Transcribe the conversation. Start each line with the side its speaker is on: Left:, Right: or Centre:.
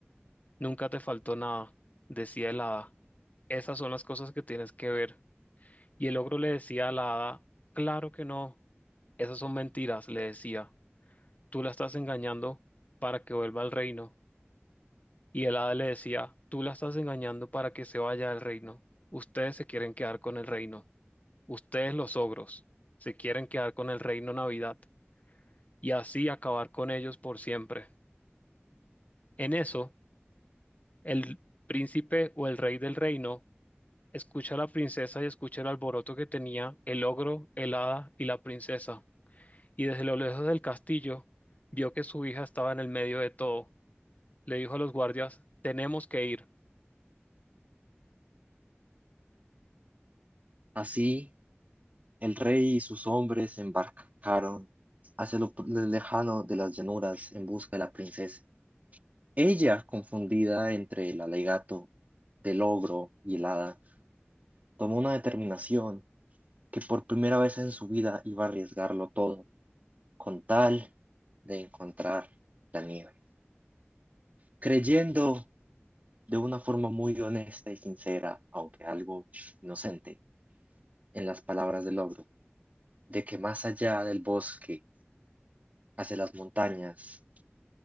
Left: Nunca te faltó nada, decía el hada. Esas son las cosas que tienes que ver. Y el ogro le decía a la hada, claro que no, esas son mentiras, le decía. Tú la estás engañando para que vuelva al reino. Y el hada le decía, tú la estás engañando para que se vaya al reino. Ustedes se quieren quedar con el reino. Ustedes los ogros se quieren quedar con el reino Navidad y así acabar con ellos por siempre. En eso, el príncipe o el rey del reino escucha a la princesa y escucha el alboroto que tenía el ogro, el hada y la princesa. Y desde lo lejos del castillo vio que su hija estaba en el medio de todo. Le dijo a los guardias, tenemos que ir.
Right: Así El rey y sus hombres se embarcaron hacia lo lejano de las llanuras en busca de la princesa. Ella, confundida entre el alegato del ogro y el hada, tomó una determinación que por primera vez en su vida iba a arriesgarlo todo con tal de encontrar la nieve, creyendo de una forma muy honesta y sincera, aunque algo inocente, en las palabras del ogro, de que más allá del bosque, hacia las montañas,